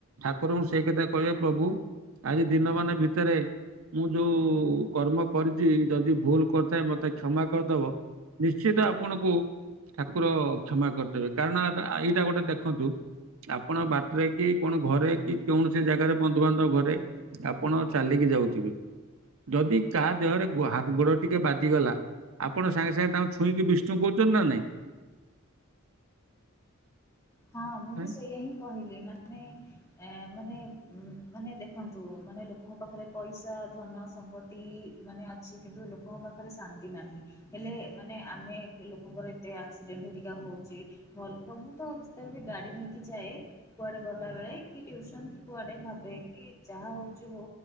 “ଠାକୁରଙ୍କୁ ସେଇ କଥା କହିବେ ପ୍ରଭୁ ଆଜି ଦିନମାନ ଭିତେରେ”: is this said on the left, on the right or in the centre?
Right